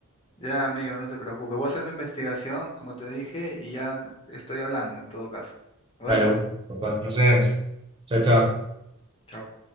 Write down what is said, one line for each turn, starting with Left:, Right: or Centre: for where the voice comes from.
Left: Ya, amigo, no te preocupes. Voy a hacer mi investigación, como te dije, y ya estoy hablando en todo caso. Nos
Right: Dale,
Left: vemos.
Right: bueno, papá, nos vemos. Chao, chao.
Left: Chao.